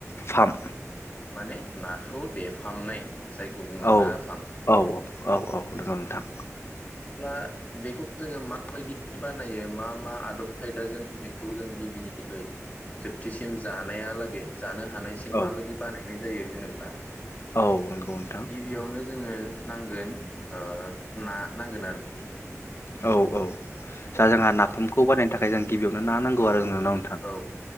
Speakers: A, on the left; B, on the left.
A: फाम।
B: माने नाखौ देफामनाय जायखौ बुङो
A: औ
B: ना फाम।
A: औ औ। औ नोंगौ नोंथां।
B: अब्ला बेखौ जोङो माबायदि बानायो मा मा आदब खायदाजों बेखौ जों गिबिनिफ्राय जोबथिसिम जानायालागै जानो हानायसिम
A: औ
B: माबायदि बानाय <unintelligible> जायो होनोब्ला
A: औ नंगौ नोंथां।
B: गिबियावनो जोङो नांगोन ओ ना नांगोन आरोखि।
A: औ औ। दा जोंहा नाफामखौ बानाय थाखाय जों गिबियावनो ना नांगौ
B: औ
A: आरोना नोंथां
B: औ